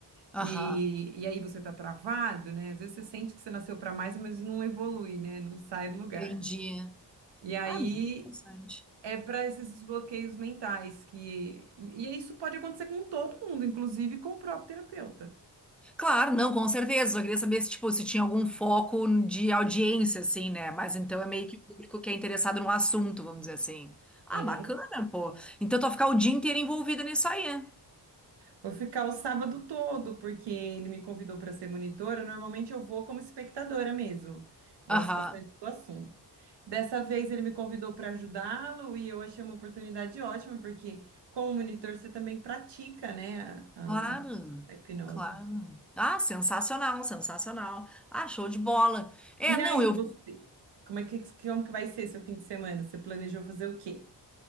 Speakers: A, in the centre; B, on the right.
A: Aham,
B: E, e aí você tá travado, né? Às vezes você sente que você nasceu para mais, mas não evolui, né? Não sai do lugar.
A: entendi.
B: E aí
A: Ah, bem interessante.
B: é para esses desbloqueios mentais que. E, e isso pode acontecer com todo mundo, inclusive com o próprio terapeuta.
A: Claro, não, com certeza. Só queria saber se, tipo, se tinha algum foco de audiência, assim, né? Mas então é meio que o público que é interessado no assunto, vamos dizer assim. Ah,
B: Ah,
A: bacana, pô. Então tu vai ficar o dia inteiro envolvida nisso aí, é?
B: Vou ficar o sábado todo, porque ele me convidou para ser monitora. Normalmente eu vou como espectadora mesmo. Gosto
A: Aham.
B: bastante do assunto. Dessa vez ele me convidou para ajudá-lo e eu achei uma oportunidade ótima, porque como monitor você também pratica, né, a,
A: Claro,
B: a- a hipnose.
A: claro. Ah, sensacional, sensacional. Ah, show de bola. É,
B: E
A: não,
B: aí,
A: eu.
B: você? Como é que, como que vai ser seu fim de semana? Você planejou fazer o quê?